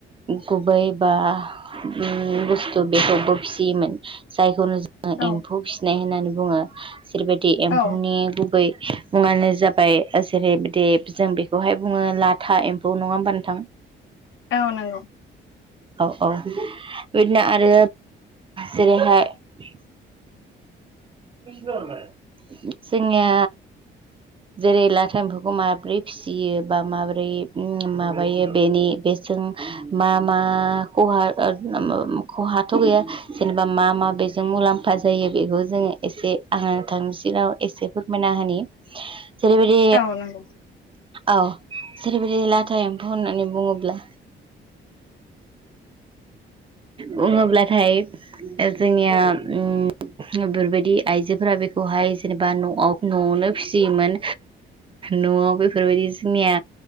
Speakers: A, on the right; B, on the left.
A: गुबै बा उम बुस्थु बेखौबो फिसियोमोन जायफोर आ
B: औ
A: एम्फौ फिसिनाय होननानै बुङो जेरैबायदि एम्फौनि
B: औ
A: गुबै मुङानो जाबाय जेरै बिदि जों बेखौहाय बुङो लाथा एम्फौ नङा होमबा नोंथां?
B: औ नंगौ
A: औ औ बिदिनो आरो जेरैहाय जोंनिया जेरै लाथा एम्फौखौ माबोरै फिसियो बा माबोरै माबायो बेनि बेनि बे जों मा मा खहा ओ उम खहाथ' गैया जेनेबा मा मा बे जों मुलाम्फा जायो बेखौ जोङो एसे आं नोंथांनि सिगाङाव एसे फोरमायना होनि जेरैबायदि
B: औ नंगौ
A: औ जेरैबायदि लाथा एम्फौ होननानै बुङोब्ला बुङोब्लाथाय जोंनिया उम बेफोरबायदि दि आइजोफोरा बेखौहाय जेनेबा न'आव न'आवनो फिसियोमोन न'आव बेफोर दि जोंनिया